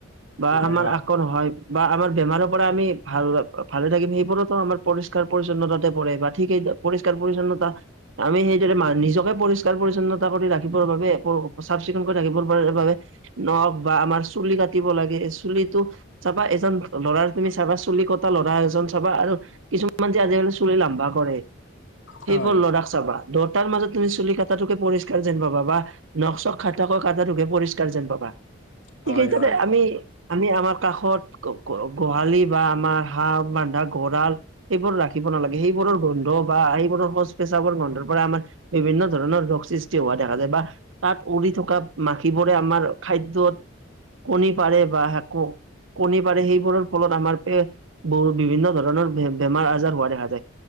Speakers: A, on the right (about 80°); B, on the left (about 75°).
A: বা
B: হয়
A: আমাৰ আক নহয় বা আমাৰ বেমাৰ পৰা আমি ভাল ভালে থাকিম সেইবোৰতো আমাৰ পৰিষ্কাৰ পৰিচ্ছন্নতাতে পৰে বা ঠিক স পৰিষ্কাৰ পৰিচ্ছন্ন আমি সেই দৰে নিজকে পৰিষ্কাৰ পৰিচ্ছন্নতা কৰি ৰাখিবৰ বাবে, চাফ চিকুণ কৰি ৰাখিবৰ বাবে নখ বা আমাৰ চুলি কাটিব লাগে, চুলিটো চাবা এজন ল'ৰাৰ তুমি চাবা চুলি কটা ল'ৰা এজন চাবা আৰু কিছুমান যে আজিকালি চুলি লামবা কৰে, সেই
B: হয়
A: বোৰ ল'ৰাক চাবা তাৰ মাজত তুমি চুলি কটাতোকে পৰিষ্কাৰ যেন পাবা বা নক চখ খাটা কৈ কাটাতোকে পৰিষ্কাৰ যেন পাবা।
B: হয়
A: ঠিকেই তাতে
B: হয়
A: আমি আমি আমাৰ কাষত গ-গোহালি বা আমাৰ হাঁহ বন্ধা গৰাল এইবোৰ ৰাখিব নালাগে সেইবোৰ। <unintelligible> গোন্ধ বা সেইবোৰৰ শৌচ-পেচাবৰ গোন্ধৰ পৰা আমাৰ। বিভিন্ন ধৰণৰ ৰোগ সৃষ্টি হোৱা দেখা যায় বা তাত উৰি থকা মাখিবোৰে আমাৰ খাদ্যত। কণী পাৰে বা। <unintelligible> কণী পাৰে সেইবোৰৰ ফলত আমাৰ বহ বিভিন্ন ধৰণৰ বেমাৰ আজাৰ হোৱা দেখা যায়।